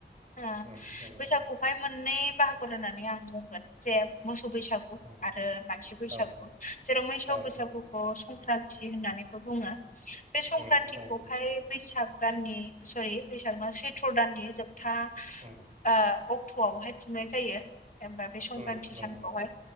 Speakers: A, on the left; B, on the right.
A: ओ
B: उम उम नंगौ
A: बैसागु
B: नोंथां
A: बेवहाय मोननै बाहागुर होननानै आं बुंगोन जे मोसौ बैसागु आरो
B: उम
A: मानसि बैसागु
B: औ
A: जेराव मैसौ
B: नंगौ
A: बैसागुखौ संक्रान्ति होननानै बो बुङो बे संक्रान्तिखौहाय
B: उम नंगौ
A: बैसाग दाननि सरि बैसाग सैथ्र' दाननि जोबथा
B: उम
A: आ अक अट'आवहाय थिंनाय जायोबा बे संक्रान्ति
B: उम
A: सानखौहाय
B: नंगौ